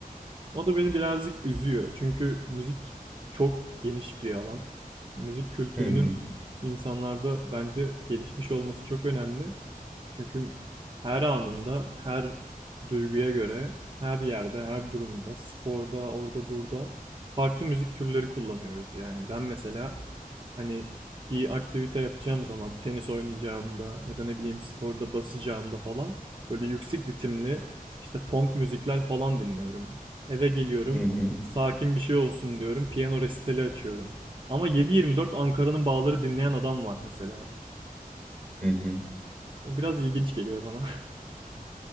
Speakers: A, on the right; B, in the centre.
A: O da beni birazcık üzüyor. Çünkü müzik çok geniş bir alan. Müzik kültürünün
B: Hı hı,
A: insanlarda bence gelişmiş olması çok önemli. Çünkü her anında, her duyguya göre, her yerde, her durumda, sporda, orada, burada farklı müzik türleri kullanıyoruz. Yani ben mesela hani bir aktivite yapacağım zaman, tenis oynayacağımda ya da ne bileyim sporda basacağımda falan böyle yüksek ritimli işte punk müzikler falan dinliyorum. Eve geliyorum.
B: hı hı,
A: Sakin bir şey olsun diyorum. Piyano resitali açıyorum. Ama yedi yirmi dört Ankara'nın Bağları dinleyen adam var mesela.
B: hı hı.
A: O biraz ilginç geliyor bana.